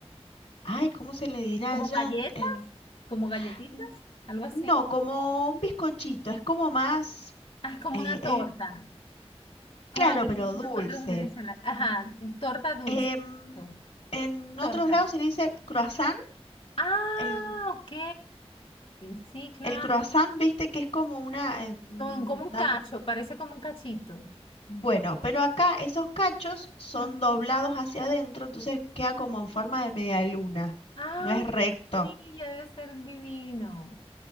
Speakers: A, on the left; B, on the left.
A: ay, ¿cómo se le dirá
B: como
A: allá?
B: galletas,
A: en- en-
B: como galletitas,
A: n-
B: algo así.
A: no, como un bizcochito, es como más,
B: Ah, como
A: eh,
B: una
A: es,
B: torta, como
A: claro,
B: le
A: pero
B: decimos
A: dulce.
B: nosotros en Venezuela. Ajá, torta dulce.
A: Em,
B: Eso,
A: en otros
B: Torta.
A: lados se le dice croissant.
B: Ah,
A: El,
B: ok. Sí, claro.
A: el croissant, viste que es como una, eh, mm,
B: Como, como un
A: una
B: cacho, parece como un cachito.
A: Bueno, pero acá esos cachos son
B: Ujú.
A: doblados hacia adentro, entonces queda como en forma de media luna.
B: Ay,
A: No es recto.
B: qué maravilla, debe ser divino.